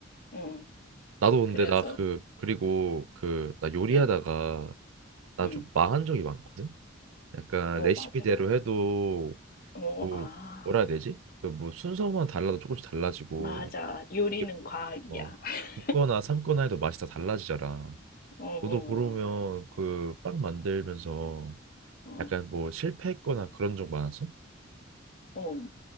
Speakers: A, on the left (about 45°); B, on the right (about 90°).
A: 응.
B: 나도 근데
A: 그래서
B: 나 그, 그리고 그, 나 요리하다가
A: 응,
B: 나
A: 응.
B: 좀 망한 적이 많거든? 약간
A: 어,
B: 레시피대로
A: 맞아.
B: 해도
A: 어,
B: 뭐
A: 아,
B: 뭐라 해야 되지? 그뭐 순서만 달라도 조금씩 달라지고
A: 맞아. 요리는
B: 이게
A: 과학이야.
B: 뭐
A: <laughs>
B: 굽거나 삶거나 해도 맛이 다 달라지잖아.
A: 어, 어,
B: 너도 그러면 그 빵 만들면서
A: 어,
B: 약간 뭐 실패했거나 그런 적 많았어?
A: 어.